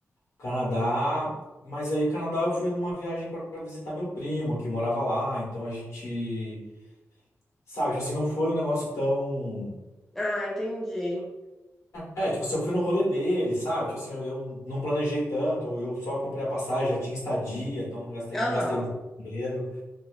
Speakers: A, on the left; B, in the centre.
A: Canadá. Mas aí, Canadá, eu fui numa viagem para visitar meu primo, que morava lá. Então a gente. Sabe, tipo assim, não foi um negócio tão.
B: Ah, entendi.
A: É, tipo assim, eu fui no rolê dele, sabe? Tipo assim, eu, eu não planejei tanto, eu só comprei a passagem, já tinha estadia, então não gastei,
B: Aham,
A: não gastei muito dinheiro.